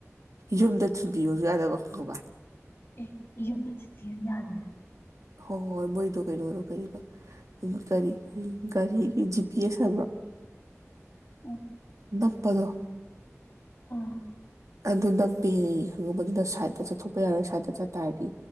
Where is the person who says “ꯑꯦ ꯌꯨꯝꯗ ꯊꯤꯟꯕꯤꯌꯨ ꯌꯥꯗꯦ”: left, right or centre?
Left